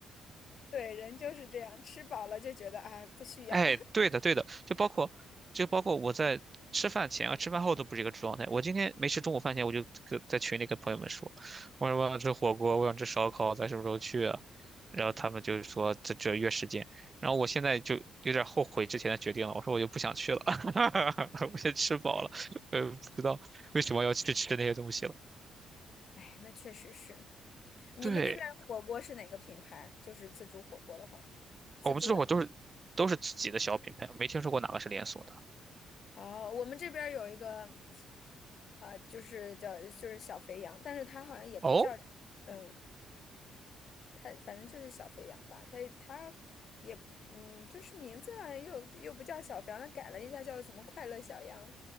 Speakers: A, on the left; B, on the right.
A: 对，人就是这样，吃饱了就觉得啊不需要，
B: 哎，对的，对的，就包括就包括我在吃饭前啊、吃饭后都不是一个状态。我今天没吃中午饭前，我就跟在群里跟朋友们说，我说我想吃火锅，我想吃烧烤，咱什么时候去啊？然后他们就是说这这约时间，然后我现在就有点后悔之前的决定了，我说我就不想去了，<laughs> 我先吃饱了，我也不知道为什么要去吃那些东西了。
A: <laughs> 哎，那确实是。你们那边儿火锅是哪个品牌？
B: 对，
A: 就是自助火锅的话，自助的。
B: 我们这会儿都是都是自己的小品牌，没听说过哪个是连锁的。
A: 哦，我们这边儿有一个，啊，就是叫就是小肥羊，但是它好像也不叫。
B: 哦，
A: 嗯，他反正就是小肥羊吧，他他也嗯，就是名字好像又又不叫小肥羊，他改了一下叫什么快乐小羊，